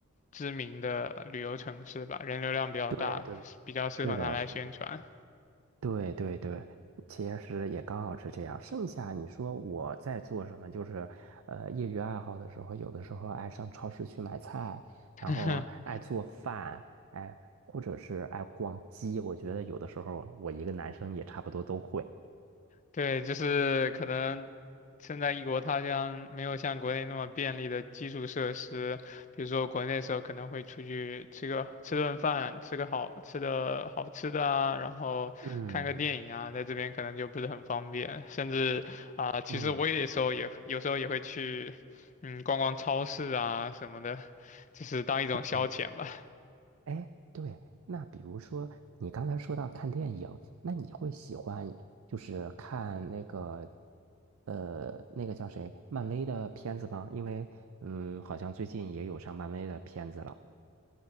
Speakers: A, on the left; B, on the right.
A: 知名的旅游城市吧，人流量比较大，
B: 对对。
A: 比较适合拿来宣传。
B: 是的，是的，对对对，其实也刚好是这样。剩下你说我在做什么，就是呃，业余爱好的时候，有的时候爱上超市去买菜，
A: <laughs>
B: 然后爱做饭，哎，或者是爱逛街。我觉得有的时候我一个男生也差不多都会。
A: 对，就是可能身在异国他乡，没有像国内那么便利的基础设施，比如说国内的时候可能会出去吃个吃顿饭，吃个好吃的好吃的啊，然后看个电影啊，
B: 嗯
A: 在这边可能就不是很方便，甚至啊、其实我也时候也有时候也会去，
B: 嗯
A: 嗯，逛逛超市啊什么的，就是当一种消遣吧。
B: 嗯。哎，对，那比如说你刚才说到看电影，那你会喜欢就是看那个呃那个叫谁漫威的片子吗？因为嗯，好像最近也有上漫威的片子了。